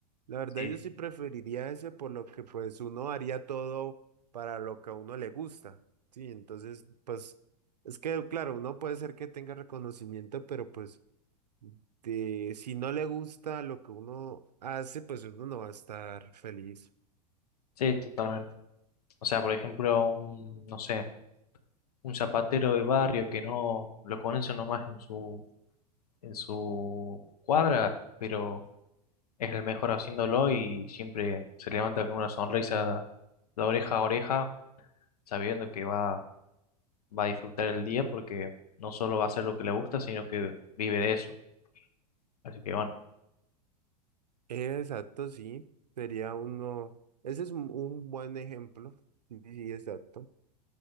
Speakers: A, on the right (about 80°); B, on the left (about 70°).
A: la verdad
B: sí,
A: yo sí preferiría ese por lo que pues uno haría todo para lo que a uno le gusta. Sí, entonces, pues es que claro, uno puede ser que tenga reconocimiento, pero pues... Este, si no le gusta lo que uno hace, pues uno no va a estar feliz.
B: sí, totalmente. O sea, por ejemplo, un, no sé, un zapatero de barrio que no lo conoce nomás en su, en su cuadra, pero es el mejor haciéndolo y siempre se levanta con una sonrisa de oreja a oreja, sabiendo que va, va a disfrutar el día porque no solo va a hacer lo que le gusta, sino que vive de eso. Así que bueno.
A: Exacto, sí. Sería uno. Ese es un un buen ejemplo. Sí, sí, exacto.